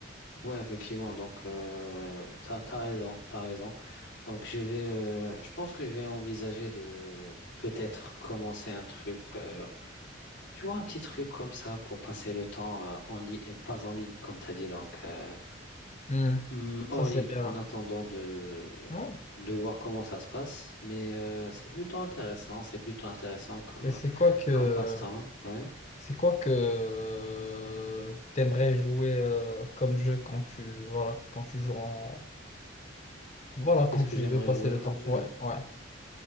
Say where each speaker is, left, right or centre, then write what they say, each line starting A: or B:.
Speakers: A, on the left; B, on the left.
A: Ouais, effectivement. Donc, euh, t'as, t'as raison, t'as raison. Donc, je vais, euh, je pense que je vais envisager de peut-être commencer un truc, euh, tu vois, un petit truc comme ça pour passer le temps euh, en ligne, pas en ligne, comme t'as dit, donc euh,
B: Hmm.
A: hum, hors
B: Ça, c'est
A: ligne,
B: euh,
A: en attendant de
B: non.
A: de voir comment ça se passe. Mais euh, c'est plutôt intéressant, c'est plutôt intéressant comme
B: Mais c'est quoi que
A: comme passe-temps. Ouais.
B: c'est quoi que euh, t'aimerais jouer euh, comme jeu quand tu voilà quand tu joues en voilà quand
A: Qu'est-ce que
B: tu
A: j'aimerais
B: veux passer
A: jouer
B: le
A: comme
B: temps.
A: jeu?
B: Ouais, ouais.